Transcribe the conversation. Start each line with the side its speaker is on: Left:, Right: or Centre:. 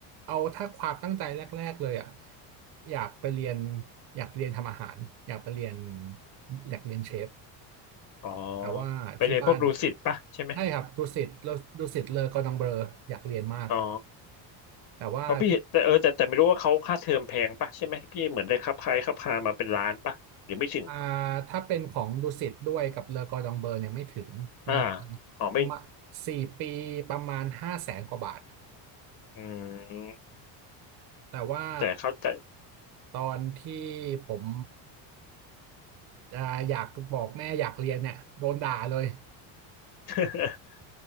Right: เอาถ้าความตั้งใจแรกๆเลยอ่ะอยากไปเรียนอยากไปเรียนทำอาหารอยากไปเรียนอยากเรียนเชฟ
Left: อ๋อ
Right: แต่ว่าที่บ้าน
Left: ไปเรียนพวกดูสิตปะใช่ไหม
Right: ใช่ครับดุสิตดุสิตเลอกอร์ดองเบลออยากเรียนมาก
Left: อ๋อ
Right: แต่ว่าที่
Left: เพราะพี่เห็นแต่เออแต่แต่ไม่รู้ว่าเขาค่าเทอมแพงปะใช่ไหมพี่เหมือนได้ครับคล้ายครับพามาเป็นล้านปะหรือไม่ถึง
Right: อ่าถ้าเป็นของดุสิตด้วยกับเลอกอร์ดองเบอร์เนี่ยไม่ถึงมัน
Left: อ่าอ๋อไม่
Right: ประมาณสี่ปีประมาณห้าแสนกว่าบาท
Left: อืม
Right: แต่ว่า
Left: แต่เข้าใจ
Right: ตอนที่ผมอ่าอยากบอกแม่อยากเรียนเนี่ยโดนด่าเลย
Left: <laughs>